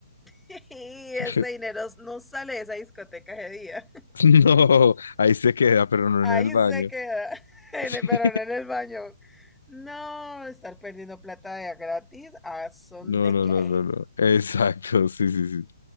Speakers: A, in the centre; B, on the left.
A: <laughs> Y
B: <laughs>
A: ese dinero no sale de esa discoteca ese día.
B: No, ahí se queda, pero no
A: Ahí
B: en el baño.
A: se queda,
B: <laughs>
A: <laughs> en
B: Sí.
A: el, pero no en el baño. No, estar perdiendo plata de a gratis, ¿a son
B: No,
A: de
B: no,
A: qué?
B: no, no, no. Exacto, sí, sí, sí.